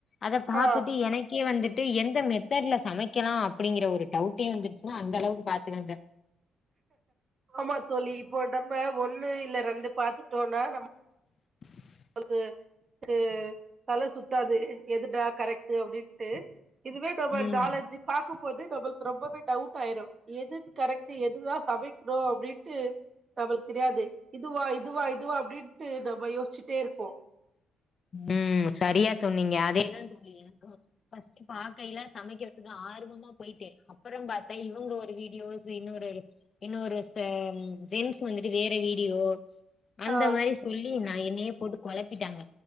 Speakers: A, on the left (about 40°); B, on the right (about 35°).
A: அத பாத்துட்டு
B: ஆ
A: எனக் கே வந்துட்டு எந்த மெத்தடுல சமைக்கலா அப்டிங்கிற ஒரு டவுட்டே வந்துருச்சுன்னா அந்த அளவுக்கு பாத்துக்கோங்க
B: ஆமா தோழி இப்போ நம்ம ஒண்ணு இல்ல ரெண்டு பாத்துட்டோனா நம்
A: <inaudible>
B: ங்களுக்கு கு தல சுத்தாது எதுடா கரெக்ட் அப்டின்ட்டு இதுவே நம்ம
A: ம்
B: நாலு அஞ்சு பாக்கும்போது நம்மளுக்கு ரொம்பவே டவுட் ஆயிரும் எது கரெக்ட்டு எதுதா சமைக்ணும் அப்டின்ட்டு நம்மளுக்கு தெரியாது இதுவா இதுவா இதுவா அப்டின்ட்டு நம்ம யோசிச்சிட்டே இருப்போம்
A: ம் சரியா சொன்னீங்க அதேதா தோழி ஃபர்ஸ்ட்டு பாக்கைல சமைக்கிறதுக்கு ஆர்வமா போயிட்டே அப்பறோம் பாத்தே இவுங்க ஒரு வீடியோஸ் இன்னொரு இன்னொரு சா ஜென்ஸ் வந்துட்டு வேற வீடியோ அந்த
B: ஆ
A: மாரி சொல்லி நா என்னையே போட்டு கொழப்பிட்டாங்க